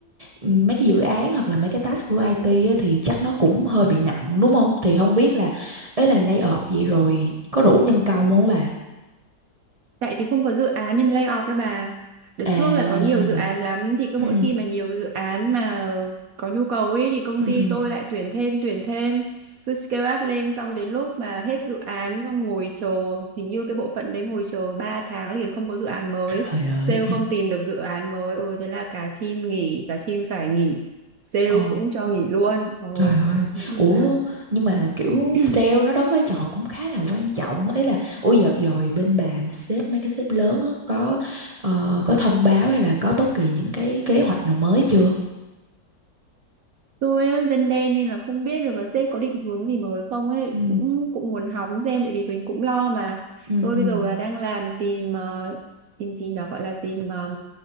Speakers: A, on the right; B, on the right.
A: mấy cái dự án hoặc là mấy cái task của IT á, thì chắc nó cũng hơi bị nặng đúng không? Thì không biết là ấy là lay off vậy rồi có đủ nhân công không bà?
B: Tại vì không có dự án nên mới lay off đó bà. Đợt
A: À.
B: trước là có nhiều dự án lắm thì cứ
A: Ừ.
B: mỗi khi mà nhiều dự án mà có nhu cầu ấy thì công
A: Ừ
B: ty
A: ừ.
B: tôi lại tuyển thêm tuyển thêm cứ scale up lên xong đến lúc mà hết dự án xong ngồi chờ hình như cái bộ phận đấy ngồi chờ 3 tháng liền không có dự án mới
A: Trời ơi.
B: sale không tìm được dự án mới ừ thế là cả team nghỉ cả team phải nghỉ sale
A: Ờ.
B: cũng cho nghỉ luôn ồ
A: Trời ơi,
B: nói chung
A: ủa
B: là
A: nhưng mà kiểu
B: <clears throat>
A: sale nó đóng vai trò cũng khá là quan trọng ấy là ủa giờ rồi bên bà sếp mấy cái sếp lớn á có ờ, có thông báo hay là có bất kỳ những cái kế hoạch nào mới chưa?
B: Tôi á, dân đen nên là không biết được là sếp có định hướng gì mới không ấy
A: Ừ,
B: cũng cũng muốn hóng xem tại vì mình cũng lo mà
A: ừ,
B: tôi
A: ừ,
B: bây giờ là đang làm tìm ờ, tìm gì nhở gọi là tìm ờ,